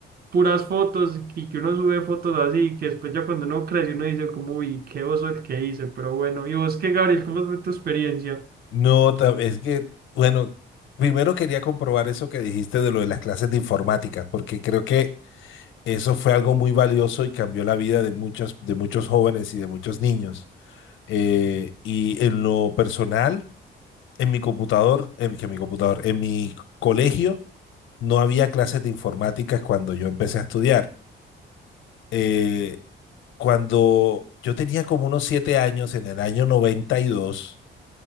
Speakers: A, on the right; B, on the left.
A: puras fotos y que uno sube fotos así, que después ya cuando uno crece uno dice como, uy, qué oso el que hice, pero bueno. ¿Y vos qué, Gabriel? ¿Cómo fue tu experiencia?
B: No, ta- es que, bueno, primero quería comprobar eso que dijiste de lo de las clases de informática, porque creo que eso fue algo muy valioso y cambió la vida de muchos, de muchos jóvenes y de muchos niños. Eh, y en lo personal, en mi computador, en, mi- que mi computador, en mi colegio no había clases de informática cuando yo empecé a estudiar. Eh, cuando yo tenía como unos siete años, en el año noventa y dos,